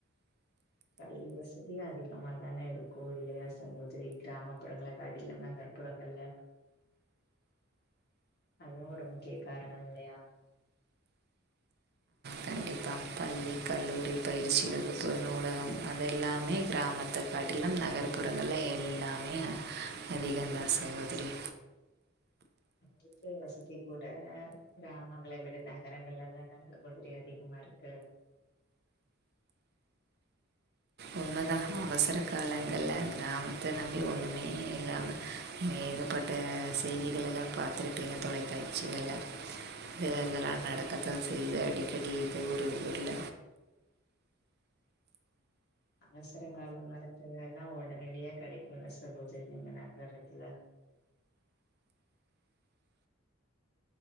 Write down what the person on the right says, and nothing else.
கண்டிப்பா பள்ளி கல்லூரி பயிற்சி வகுப்பு நூலகம் அது எல்லாமே கிராமத்த காட்டிலும் நகர்ப்புறங்கள்ல எல்லாமே அதிகந்தா சகோதரி
உண்மதான்
அவசர காலங்கள்ள கிராமத்த நம்பி ஒன்னுமே இல்லாம ஏகப்பட்ட செய்திகள்ளெல்லா பாத்துருப்பீங்க தொலைக்காச்சுகல்ல தேர்தல்லா நடக்கப் தா செய்வ அடிக்கடி ஏதோ ஒர் ஊர்ல